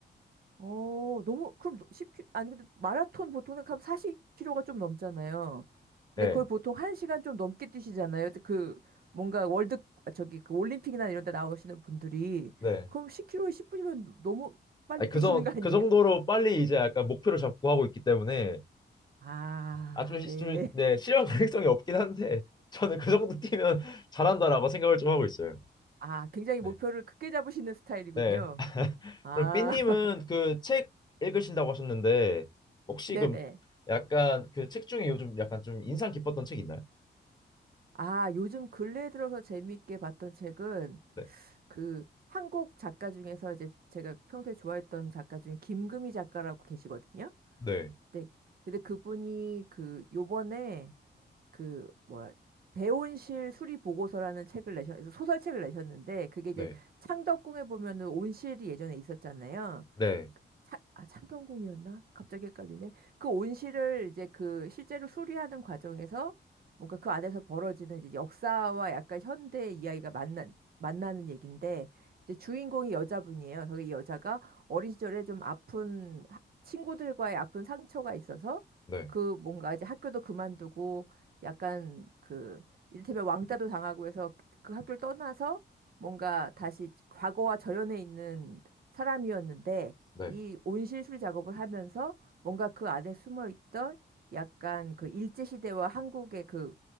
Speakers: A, on the right; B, on the left.
A: 어, 너무, 그럼 10km, 아니, 근데 마라톤 보통 하면 40km가 좀 넘잖아요. 근데
B: 네.
A: 그걸 보통 1시간 좀 넘게 뛰시잖아요. 그, 뭔가 월드, 아, 저기, 그 올림픽이나 이런 데 나오시는 분들이.
B: 네.
A: 그럼 10km에 10분이면 너무 빨리
B: 아니,
A: 뛰시는
B: 그 정,
A: 거 아니에요?
B: 그 정도로 빨리 이제 약간 목표를 잡고 하고 있기 때문에
A: 아,
B: 아, 좀, 시-
A: 네.
B: 좀 네, 실현 가능성이 없긴 한데 저는 그 정도 뛰면 <laughs> 잘한다라고 생각을 좀 하고 있어요.
A: 아, 굉장히
B: 네.
A: 목표를 크게 잡으시는 스타일이군요.
B: 네.
A: 아,
B: 그럼 삐님은
A: <laughs>
B: 그 책 읽으신다고 하셨는데 혹시
A: 네네.
B: 그럼 약간 그 책 중에 요즘 약간 좀 인상 깊었던 책 있나요?
A: 아, 요즘 근래에 들어서 재미있게 봤던 책은
B: 네,
A: 그 한국 작가 중에서 이제 제가 평소에 좋아했던 작가 중에 김금희 작가라고 계시거든요.
B: 네,
A: 근데, 근데 그분이 그 요번에 그 뭐라 대온실 수리 보고서라는 책을 내셨 소설책을 내셨는데 그게 이제
B: 네,
A: 창덕궁에 보면은 온실이 예전에 있었잖아요.
B: 네,
A: 그 차, 아, 창경궁이었나? 갑자기 헷갈리네. 그 온실을 이제 그 실제로 수리하는 과정에서 뭔가 그 안에서 벌어지는 이제 역사와 약간 현대 이야기가 만나, 만나는 얘기인데 이제 주인공이 여자분이에요. 그래서 이 여자가 어린 시절에 좀 아픈 하- 친구들과의 아픈 상처가 있어서
B: 네,
A: 그 뭔가 이제 학교도 그만두고 약간 그 이를테면 왕따도 당하고 해서 그 학교를 떠나서 뭔가 다시 과거와 절연해 있는 사람이었는데
B: 네,
A: 이 온실 수리 작업을 하면서 뭔가 그 안에 숨어 있던 약간 그 일제 시대와 한국의 그